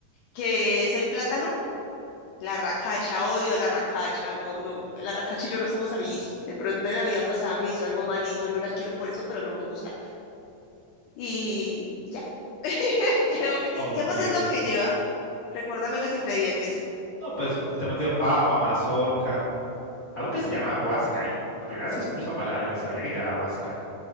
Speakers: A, on the left; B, on the left.
A: que es el plátano, la racacha, odio la racacha, no, no, la racacha y yo no somos amiguis. De pronto en la vida pasada me hizo algo mal y yo no la quiero por eso, pero no me gusta. Y ya. <laughs> Creo que,
B: Ok.
A: ¿qué más es lo que lleva? Recuérdame los ingredientes.
B: No, pues justamente papa, mazorca, algo que se llama guasca. Y la primera vez que escucho esa palabra ni sabía que llamaba guasca.